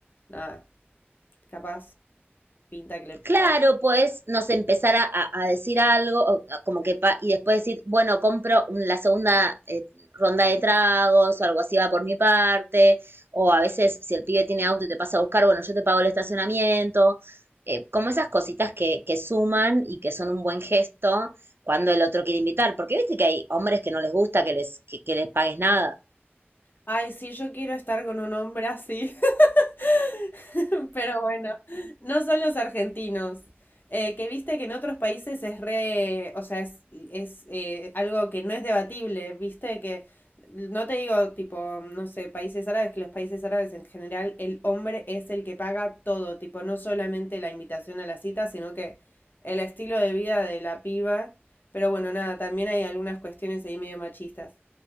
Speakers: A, on the left; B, on the right.
A: nada, capaz pinta que le
B: Claro,
A: pague.
B: pues nos empezar a, a- a decir algo, o- o como que pa- y después decir, bueno, compro un- la segunda eh, ronda de tragos o algo así va por mi parte, o a veces si el pibe tiene auto y te pasa a buscar, bueno, yo te pago el estacionamiento, eh, como esas cositas que, que suman y que son un buen gesto cuando el otro quiere invitar, porque viste que hay hombres que no les gusta que les, que que les pagues nada.
A: Ay, sí, yo quiero estar con un hombre así. <laughs> Pero bueno, no son los argentinos. Eh, que viste que en otros países es re, o sea, es, es eh, algo que no es debatible, viste que, no te digo tipo, no sé, países árabes, que los países árabes en general el hombre es el que paga todo, tipo, no solamente la invitación a la cita, sino que el estilo de vida de la piba. Pero bueno, nada, también hay algunas cuestiones ahí medio machistas.